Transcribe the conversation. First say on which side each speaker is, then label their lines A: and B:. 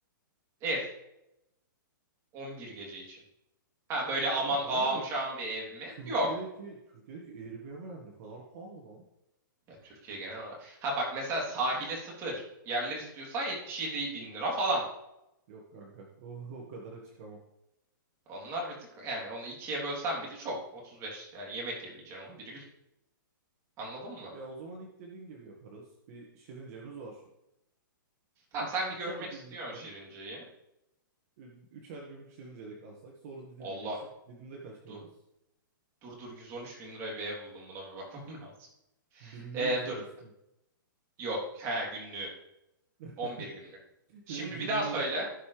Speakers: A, on the right; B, on the right.
A: ev. 11 gece için. Ha böyle aman
B: Oğlum bu
A: ağam
B: arada
A: şam
B: t-
A: bir ev mi?
B: Türkiye'deki
A: Yok.
B: Türkiye'deki Airbnb'ler ne kadar pahalı lan?
A: Ya Türkiye genel olarak. Ha bak mesela sahile sıfır yerler istiyorsan 77 bin lira falan.
B: Yok kanka. O, o kadar açık ama.
A: Onlar bir tık yani onu ikiye bölsen bile çok. 35 yani yemek yemeyeceksin 11 gün. Anladın mı?
B: Ya o zaman ilk dediğin gibi yaparız. Bir şirincemiz var.
A: Tamam
B: Üç,
A: sen bir
B: üçer
A: görmek
B: günlükten.
A: istiyorsun Şirince'yi.
B: ü- Üçer günlük şirincede kalsak. Sonra Didim'e
A: Allah
B: geçsek. Didim'de kaç kalırız?
A: dur. Dur dur 113 bin liraya bir ev buldum buna bir bakmam <laughs> lazım.
B: Günlüğü
A: Ee,
B: 113
A: dur.
B: bin.
A: Yok. He günlüğü.
B: <laughs>
A: 11 günlük.
B: Şimdi
A: Şimdi
B: günlüğü.
A: bir daha söyle.